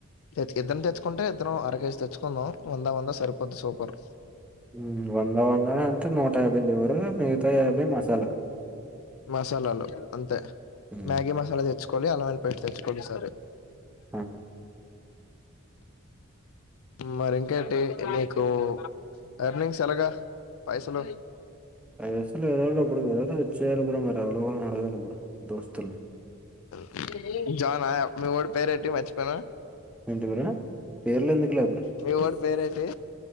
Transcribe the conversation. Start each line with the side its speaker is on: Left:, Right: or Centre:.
Left: ఇద్ ఇద్దరం తెచ్చుకుంటే ఇద్దరం అర కేేజీ తెచ్చుకుందాం వంద వంద సరిపోద్ది సూపర్
Centre: ఉ వంద వందనే అంతే నూట యాభై లివరు మిగిత యాభై మసాలా
Left: మసాలాలు అంతే
Centre: హ్మ్
Left: మ్యాగీ మసాలా తెచ్చుకోవాలి అల్లంవెల్లుల్లి పేస్ట్ తెచ్చుకోవాలి సరే
Centre: ఆ
Left: మరి ఇంకేటి మీకు ఎర్నింగ్స్ ఎలాగా పైసలు
Centre: పైసలు <unintelligible> ఇచ్చేయాలి బ్రో ఎవలెవన్లో అడగను బ్రో దోస్ తుల్
Left: <inaudible> జాన్ ఆయా మీవోడు పేరేన్ టీ మచ్చిపోయిన
Centre: ఏంటి బ్రో పేర్లు ఎందుకులే ఇప్పుడు
Left: మీ వోడి పేరేటి